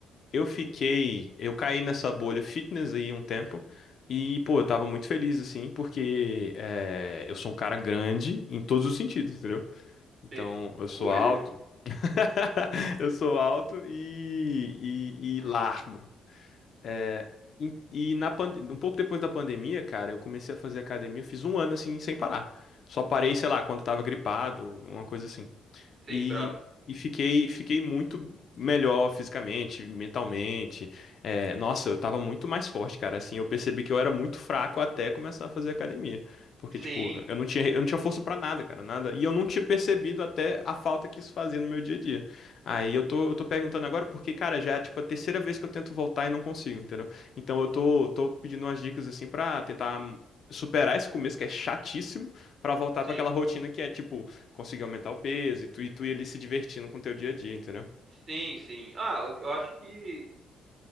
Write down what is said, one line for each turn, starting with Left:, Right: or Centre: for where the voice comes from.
Left: Eu fiquei, eu caí nessa bolha fitness aí um tempo e, pô, eu tava muito feliz assim, porque é, eu sou um cara grande em todos os sentidos, entendeu? Então,
Right: Sim.
Left: eu sou
Right: Ui,
Left: alto,
Right: ui.
Left: <laughs> eu sou alto e, e, e
Right: Hum,
Left: largo. É, e, e na pande- um pouco depois da pandemia, cara, eu comecei a fazer academia, eu fiz um ano assim, sem parar. Só parei, sei lá, quando tava gripado, uma coisa assim.
Right: sim,
Left: E,
Right: brabo.
Left: e fiquei, fiquei muito melhor fisicamente, mentalmente. É, nossa, eu tava muito mais forte, cara. Assim, eu percebi que eu era muito fraco até começar a fazer academia. Porque,
Right: Sim,
Left: tipo, eu não tinha, eu não tinha força pra nada, cara, nada. E eu não tinha percebido até a falta que isso fazia no meu dia a dia. Aí eu tô, eu tô perguntando agora porque, cara, já é, tipo, a terceira vez que eu tento voltar e não consigo, entendeu? Então eu tô, tô pedindo umas dicas, assim, pra tentar superar esse começo que é chatíssimo, pra voltar
Right: sim,
Left: pra aquela rotina que é, tipo conseguir aumentar o peso e tu, e tu ir ali se divertindo com o teu dia a dia, entendeu?
Right: sim, sim. Ah, eu, eu acho que